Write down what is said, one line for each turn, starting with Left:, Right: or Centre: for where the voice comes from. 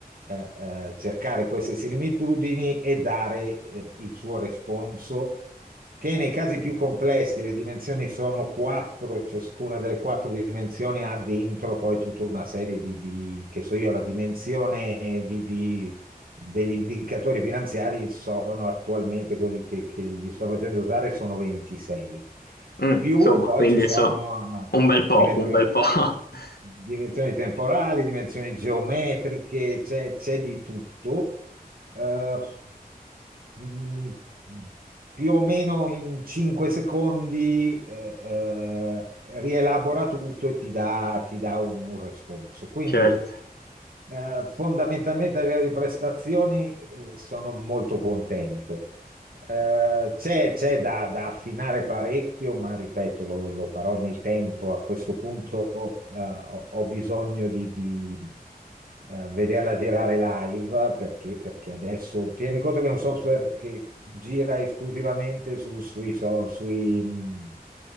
Right: eh, eh, cercare queste similitudini e dare, eh, il suo responso, che nei casi più complessi le dimensioni sono quattro, ciascuna delle quattro dimensioni ha dentro poi tutta una serie di, di- che so io, la dimensione di di degli indicatori finanziari sono attualmente quelli che, che gli sto facendo usare sono 26.
Left: Mm,
Right: Più
Left: insomma,
Right: poi
Left: quindi
Right: ci sono
Left: insomma, un bel po',
Right: eh, dimensioni,
Left: un bel po'. <laughs>
Right: dimensioni temporali, dimensioni geometriche, c'è c'è di tutto. Eh, mm, più o meno in 5 secondi eh, eh, rielabora tutto e ti dà, ti dà un, un responso. Quindi
Left: Certo,
Right: eh, fondamentalmente a livello di prestazioni eh, sono molto contento. Eh, c'è c'è da, da affinare parecchio, ma ripeto, lo, lo farò nel tempo. A questo punto eh, ho, ho bisogno di, di, eh, vederla girare live perché, perché adesso tieni conto che è un software che gira esclusivamente su- sui, so- sui, mh,